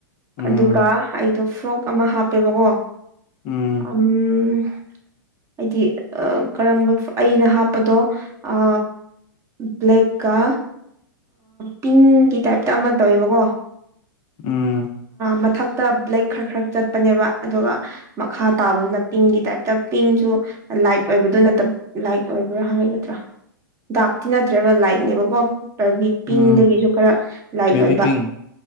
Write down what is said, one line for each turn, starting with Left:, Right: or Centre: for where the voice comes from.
Left: ꯎꯝ
Right: ꯑꯗꯨꯒ ꯑꯩꯗꯣ ꯐ꯭ꯔꯣꯛ ꯑꯃ ꯍꯥꯞꯄꯦꯕꯀꯣ
Left: ꯎꯝ
Right: ꯎꯝ ꯍꯥꯏꯗꯤ ꯀꯔꯝꯕ ꯑꯩꯅ ꯍꯥꯞꯄꯗꯣ ꯑ ꯕ꯭ꯂꯦꯛꯀꯥ ꯄꯤꯡꯒꯤ ꯇꯥꯏꯞꯇ ꯑꯃ ꯇꯧꯋꯦꯕꯀꯣ
Left: ꯎꯝ
Right: ꯃꯊꯛ ꯇ ꯕ꯭ꯂꯦꯛ ꯈꯔ ꯈꯔ ꯆꯠꯄꯅꯦꯕ ꯑꯗꯨꯒ ꯃꯈꯥ ꯇꯥꯕꯗꯨꯅ ꯄꯤꯡꯒꯤ ꯇꯥꯏꯞꯇ ꯄꯤꯡꯁꯨ ꯂꯥꯏꯠ ꯑꯣꯏꯕꯗꯨ ꯅꯠꯇꯕ ꯂꯥꯏꯠ ꯑꯣꯏꯕ꯭ꯔꯥ ꯍꯥꯏꯒꯗ꯭ꯔꯥ ꯗꯥꯛꯛꯇꯤ ꯅꯠꯇ꯭ꯔꯦꯕ ꯂꯥꯏꯠꯅꯦꯕꯀꯣ ꯔꯔꯕꯤ ꯄꯤꯡꯗꯒꯤꯁꯨ
Left: ꯎꯝ
Right: ꯈꯔ ꯂꯥꯏꯠ
Left: ꯕꯦꯕꯤ
Right: ꯑꯣꯏꯕ
Left: ꯄꯤꯡ